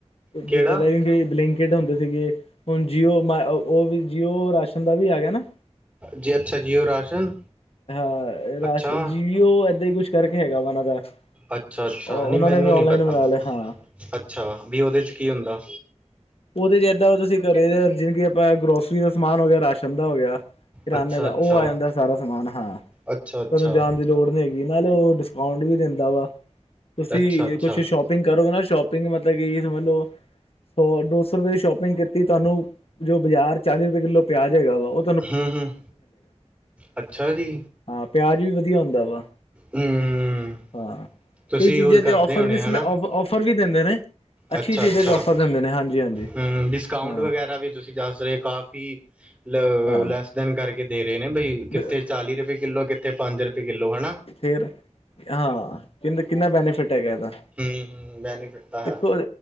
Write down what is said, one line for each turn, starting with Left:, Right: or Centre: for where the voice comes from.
Right: ਕਿਹੜਾ
Left: ਜੇ ਪਹਿਲਾਂ <unintelligible> ਬਲਿੰਕ ਬਲਿੰਕਿਟ ਹੁੰਦੇ ਸੀਗੇ, ਹੁਨ ਜੀਓ ਮਾਏ ਔ ਓ ਵੀ ਜੀਓ ਰਾਸ਼ਨ ਦਾ ਵੀ ਆ ਗਿਆ ਨਾ।
Right: ਜੀ ਅੱਛਾ, ਜੀਓ ਰਾਸ਼ਨ।
Left: ਹਾ, ਰਾਸ਼
Right: ਅੱਛਾ
Left: ਜੀਓ ਏਦਾਂ ਈ ਕੁੱਛ ਕਰਕੇ ਹੈਗਾ ਵਾ ਓਹਨਾਂ ਦਾ।
Right: ਅੱਛਾ, ਅੱਛਾ
Left: ਉਹਨਾਂ
Right: ਨੀ ਮੈਨੂੰ
Left: ਨੇ ਵੀ ਔਨਲਾਈਨ
Right: ਨੀ ਪਤਾ,
Left: ਬਣਾ ਲਿਆ ਹਾਂ
Right: ਅੱਛਾ ਵੀ ਓਹਦੇ ਚ ਕੀ ਹੁੰਦਾ?
Left: ਉਦੇ ਚ ਏੱਦਾ ਤੁਸੀ ਕਰੇ ਜੇ ਜਿਵੇਂ ਕਿ ਆਪਾ ਗਰੋਸਰੀ ਦਾ ਸਮਾਨ ਹੋ ਗਿਆ, ਰਾਸ਼ਨ ਦਾ ਹੋ ਗਿਆ। ਕਰਿਆਨੇ
Right: ਅੱਛਾ
Left: ਦਾ,
Right: ਅੱਛਾ
Left: ਓ ਆ ਜਾਂਦਾ ਸਾਰਾ ਸਮਾਨ। ਹਾਂ,
Right: ਅੱਛਾ ਅੱਛਾ
Left: ਫੇਰ ਓਹ ਜਾਣ ਦੀ ਲੋ ਲੋੜ ਨੀ ਹੈਗੀ ਨਾਲੇ ਓ ਡਿਸਕਾਊਂਟ ਵੀ ਦੇੰਦਾ ਵਾ, ਤੁਸੀ
Right: ਅੱਛਾ ਅੱਛਾ
Left: ਕੁੱਛ ਸ਼ੋਪ ਸ਼ੋਪਿੰਗ ਕਰੋਗੇ ਨਾ, ਸ਼ੋਪਿੰਗ ਮਤਲਬ ਕਿ ਸਮਝ ਲੋ ਸੌ-ਦੋ ਸੌ ਰੁਪਏ ਦੀ ਸ਼ੋਪਿੰਗ ਕੀਤੀ ਤੁਹਾਨੂੰ ਜੋ ਬਜ਼ਾਰ ਚਾਲੀ ਰੁਪਏ ਕਿੱਲੋ ਪਿਆਜ ਹੈਗਾ ਵਾ, ਓ
Right: ਹੂੰ, ਹੂੰ, ਅੱਛਾ ਜੀ।
Left: ਹਾਂ, ਪਿਆਜ ਵੀ ਵਧੀਆ ਹੁੰਦਾ ਵਾ।
Right: ਹਮ
Left: ਹਾਂ,
Right: ਤੁਸੀਂ
Left: ਕਈ ਚੀਜ਼ਾਂ
Right: ਯੂਜ ਕਰਦੇ
Left: ਚ ਔਫਰਸ
Right: ਹੋਣੇ ਹਨਾ
Left: ਵੀ, ਔਫ ਔਫਰ ਵੀ ਦਿੰਦੇ ਨੇ। ਅੱਛੀ
Right: ਅੱਛਾ,
Left: ਚੀਜ਼ਾਂ
Right: ਅੱਛਾ,
Left: ਚ ਔਫਰ ਦਿੰਦੇ ਨੇ ਹਾਂਜੀ ਹਾਂਜੀ
Right: ਹੂੰ ਡਿਸਕਾਊਂਟ
Left: ਹਾਂ
Right: ਵਗੈਰਾ ਵੀ ਤੁਸੀ <unintelligible> ਕਾਫੀ ਲ
Left: ਹਾਂ
Right: ਲੈਸ ਦੈਨ ਕਰਕੇ ਦੇ ਰਹੇ ਨੇ ਬਈ ਕਿੱਥੇ
Left: ਬਿ
Right: ਚਾਲੀ ਰੁਪਏ ਕਿੱਲੋ, ਕਿੱਥੇ ਪੰਜ ਰੁਪਏ ਕਿੱਲੋ ਹੈਨਾ
Left: ਫਿਰ, ਹਾਂ ਕਿੰ ਕਿੰਨਾ ਬੈਨੀਫਿਟ ਹੈਗਾ ਐਦਾ?
Right: ਹੂੰ ਹੂੰ ਬੈਨੀਫਿਟ ਤਾਂ ਹੈ
Left: ਦੇਖੋ,